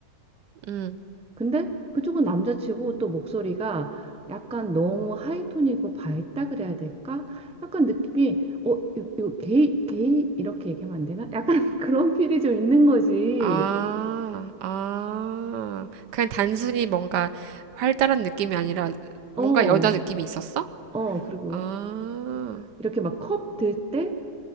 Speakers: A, on the right; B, in the centre.
A: 음.
B: 근데 그쪽은 남자치고 또 목소리가 약간 너무 하이톤이고 밝다 그래야 될까? 약간 느낌이 어, 요, 요 게이 게이 이렇게 얘기하면 안 되나? 약간 <laughs> 그런 필이 좀 있는 거지.
A: 아, 아. 그냥 단순히 뭔가 활달한 느낌이 아니라 뭔가
B: 어.
A: 여자 느낌이 있었어?
B: 어, 그리고
A: 아.
B: 이렇게 막 컵 들 때